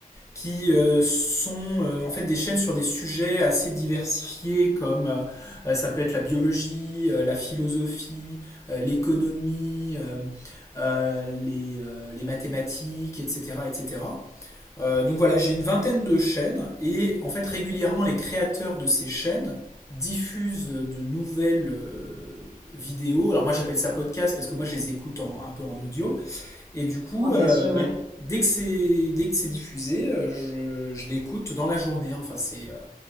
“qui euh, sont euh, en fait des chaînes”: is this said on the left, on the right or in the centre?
Left